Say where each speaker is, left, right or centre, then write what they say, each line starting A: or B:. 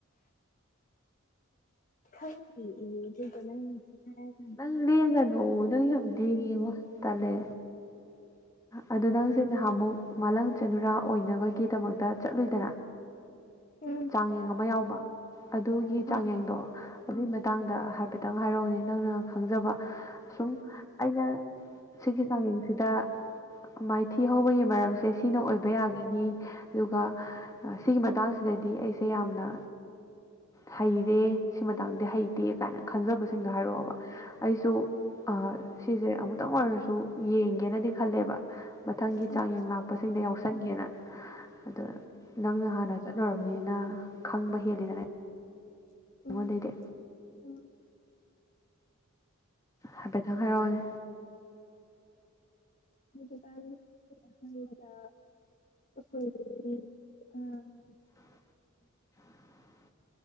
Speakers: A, on the left; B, on the left.
A: ꯈꯪꯗꯦ ꯑꯗꯨꯗꯣ ꯅꯪꯁꯤ ꯍꯥꯏꯔꯦ <inaudible>
B: ꯅꯪ ꯂꯦꯡꯒꯅꯣ ꯅꯪ ꯌꯥꯝ ꯌꯦꯡ ꯌꯦꯡꯉꯣ ꯇꯜꯂꯦ ꯑꯗꯣ ꯅꯪꯁꯦ ꯅꯍꯥꯟꯃꯨꯛ ꯃꯥꯂꯪ ꯆꯅꯨꯔꯥ ꯑꯣꯏꯅꯕꯒꯤꯗꯃꯛꯇ ꯆꯠꯂꯨꯢꯗꯅ
A: ꯎꯝ
B: ꯆꯥꯡꯌꯦꯡ ꯑꯃ ꯌꯥꯎꯕ ꯑꯗꯨꯒꯤ ꯆꯥꯡꯌꯦꯡꯗꯣ
A: ꯑꯥꯎ
B: ꯑꯗꯨꯏ ꯃꯇꯥꯡꯗ ꯍꯥꯏꯐꯦꯠꯇꯪ ꯍꯥꯏꯔꯧꯅꯦ ꯅꯪꯅ ꯈꯪꯖꯕ ꯁꯨꯝ ꯑꯩꯅ ꯁꯤꯒꯤ ꯆꯥꯡꯌꯦꯡꯁꯤꯗ ꯃꯥꯏꯊꯤ ꯍꯧꯕꯒꯤ ꯃꯔꯝꯁꯦ ꯁꯤ ꯁꯤꯅ ꯑꯣꯏꯕ ꯌꯥꯒꯅꯤ ꯑꯗꯨꯒ ꯁꯤꯒꯤ ꯃꯇꯥꯡꯁꯤꯗꯗꯤ ꯑꯩꯁꯦ ꯌꯥꯝꯅ ꯍꯩꯔꯦ ꯁꯤ ꯃꯇꯥꯡꯗꯤ ꯍꯩꯇꯦ ꯀꯥꯏꯅ ꯈꯟꯖꯕꯁꯤꯡꯗꯣ ꯍꯥꯏꯔꯛꯑꯣꯕ ꯑꯩꯁꯨ ꯑ ꯁꯤꯁꯦ ꯑꯃꯨꯛꯇꯪ ꯑꯣꯏꯔꯁꯨ ꯌꯦꯡꯒꯦꯅꯗꯤ ꯈꯜꯂꯦꯕ ꯃꯊꯪꯒꯤ
A: ꯎꯝ
B: ꯆꯥꯡꯌꯦꯡ ꯂꯥꯛꯄꯁꯤꯡꯗ ꯌꯥꯎꯁꯟꯒꯦꯅ ꯑꯗꯣ ꯅꯪꯅ ꯍꯥꯟꯅ ꯆꯠꯂꯨꯔꯕꯅꯤꯅ ꯈꯪꯕ ꯍꯦꯜꯂꯤꯗꯅ
A: ꯎꯝ
B: ꯑꯩꯉꯣꯟꯗꯩꯗꯦ
A: ꯎꯝ ꯎꯝ
B: ꯍꯥꯏꯐꯦꯠꯇꯪ ꯍꯥꯏꯔꯛꯑꯣꯅꯦ
A: ꯍꯧꯖꯤꯛꯒꯥꯟ <inaudible> <unintelligible>
B: <unintelligible>